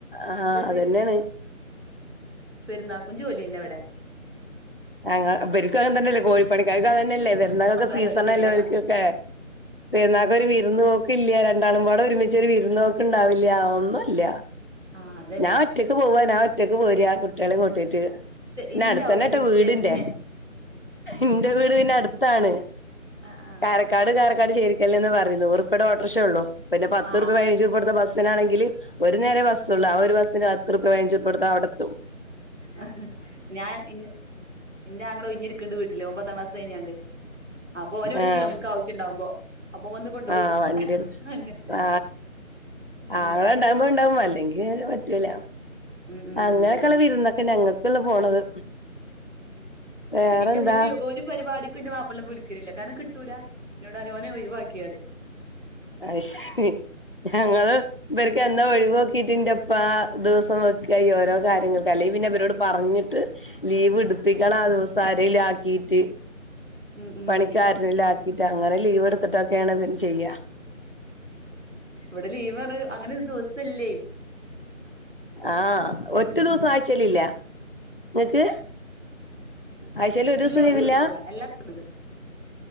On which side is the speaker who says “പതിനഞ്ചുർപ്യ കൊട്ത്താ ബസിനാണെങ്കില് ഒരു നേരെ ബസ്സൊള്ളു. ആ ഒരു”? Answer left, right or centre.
Left